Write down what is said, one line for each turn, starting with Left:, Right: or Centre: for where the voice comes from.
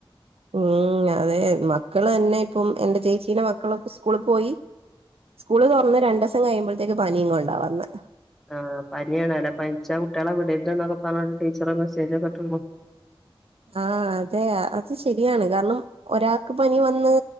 Right: ഉം അതെ മ മക്കള് തന്നെ ഇപ്പം എന്റെ ചേച്ചീെ മക്കളൊക്കെ സ്കൂളിൽ പോയി സ്കൂള് തുറന്ന് രണ്ടിവസം കഴിയുമ്പോഴത്തേക്ക് പനിയും കൊണ്ടാവാന്ന്
Centre: ആ പനിയാണ അല്ലേ പനിച്ച കുട്ടികളെ വിടണ്ട എന്നൊക്കെ പറഞ്ഞട്ട് ടീച്ചറെ മെസ്സേജൊക്കെിട്ടണ്
Right: ആഅതെ അത് ശരിയാണ് കാരണം ഒരാൾക്ക് പനി വന്ന്